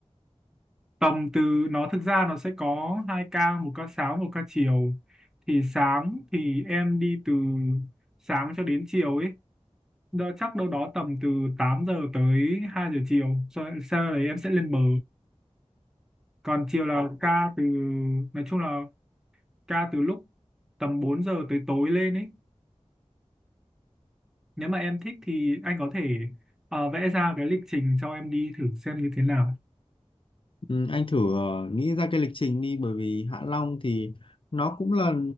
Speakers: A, in the centre; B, on the left.
A: tầm từ nó thực ra nó sẽ có hai ca một ca sáng một ca chiều thì sáng thì em đi từ sáng cho đến chiều ấy đó chắc đâu đó tầm từ 8 giờ tới 2 giờ chiều sau, sau đấy em sẽ lên bờ còn chiều là ca từ nói chung là ca từ lúc tầm 4 giờ tới tối lên ấy nếu mà em thích thì anh có thể ờ, vẽ ra cái lịch trình cho em đi thử xem như thế nào
B: Ừ, anh thử ờ, nghĩ ra cái lịch trình đi bởi vì Hạ Long thì nó cũng là